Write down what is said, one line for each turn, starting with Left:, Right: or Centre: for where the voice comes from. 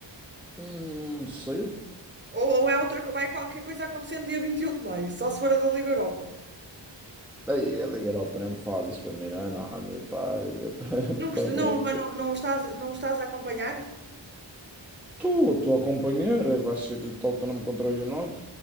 Centre: Hum, cedo.
Right: Ou, ou é outra, co- vai qualquer coisa acontecendo dia 21 de maio, só se for a da Liga Europa.
Centre: Ei, a Liga Europa nem me faz isso para mim, não é nada. Pá, é para,
Right: Não,
Centre: <laughs>
Right: gost-
Centre: para
Right: não,
Centre: mim.
Right: mas não, não estás, não estás a acompanhar?
Centre: Estou, estou a acompanhar, vai ser de Tottenham contra o United.